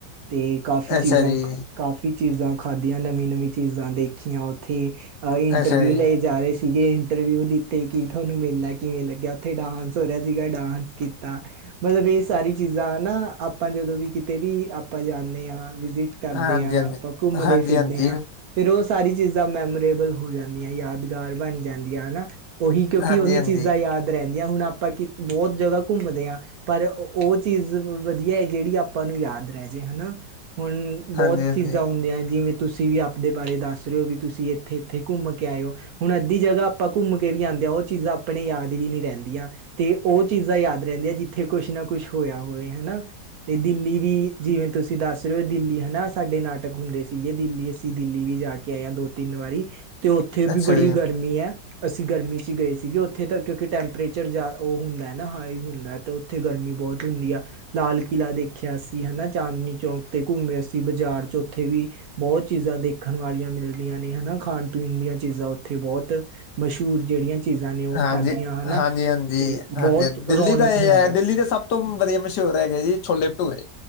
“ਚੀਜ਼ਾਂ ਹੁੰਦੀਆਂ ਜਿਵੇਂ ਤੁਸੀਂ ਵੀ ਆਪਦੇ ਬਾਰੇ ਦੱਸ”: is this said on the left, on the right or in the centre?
Right